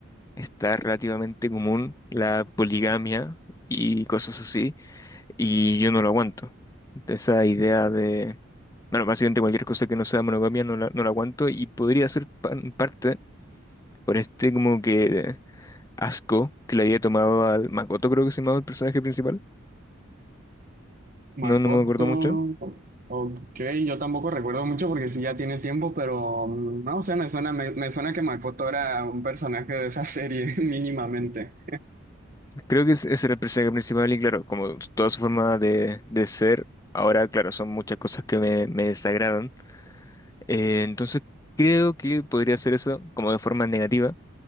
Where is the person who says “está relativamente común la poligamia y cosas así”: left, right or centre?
Left